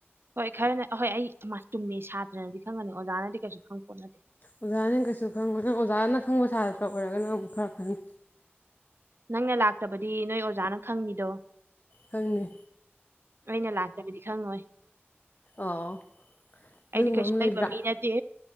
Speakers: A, on the right; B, on the left.
A: ꯍꯣꯏ ꯈꯔꯅ ꯍꯣꯏ ꯑꯩ ꯏꯃꯥ ꯆꯨꯝꯃꯦ ꯁꯥꯇ꯭ꯔꯅꯗꯤ ꯈꯪꯉꯅꯤ ꯑꯣꯖꯥꯅꯗꯤ ꯀꯩꯁꯨ ꯈꯪ ꯄꯣꯠꯅꯇ‌ꯦ
B: ꯑꯣꯖꯥꯅ‌ ꯗꯤ ꯀꯩꯁꯨ ꯈꯪꯉ‌ꯣꯏ ꯅꯪ ꯑꯣꯖꯥꯅ ꯈꯪꯕ ꯁꯥꯇ꯭ꯔꯥ ꯑꯣꯏꯔꯒꯅ ꯑꯃꯨꯛ ꯈꯔ ꯈꯪꯅꯤ
A: ꯅꯪꯅ ꯂꯥꯛꯇꯕꯗꯤ ꯅꯣꯏ ꯑꯣꯖꯥꯅ ꯈꯪꯅꯤꯗꯣ
B: ꯈꯪꯅꯤ
A: ꯑꯩꯅ ꯂꯥꯛꯇꯕꯗꯤ ꯈꯪꯉꯣꯏ
B: ꯑꯣ ꯑꯗꯨꯒꯨꯝꯕ
A: ꯑꯩꯗꯤ ꯀꯩꯁꯨ
B: ꯑꯃ ꯂꯩꯕ꯭ꯔꯥ
A: ꯂꯩꯕ ꯃꯤ ꯅꯠꯇꯦ